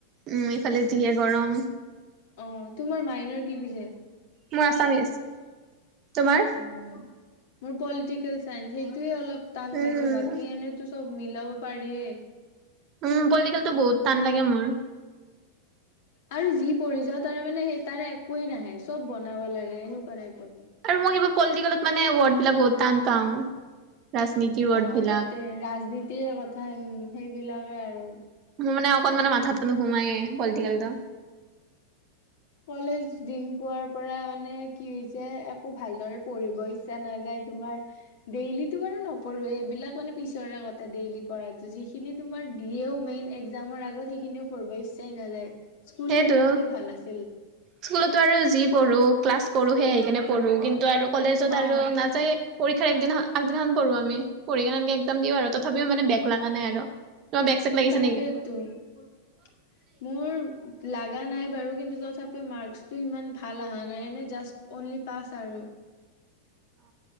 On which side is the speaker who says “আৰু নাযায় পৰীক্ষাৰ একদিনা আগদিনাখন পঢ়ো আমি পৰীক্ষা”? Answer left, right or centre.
Right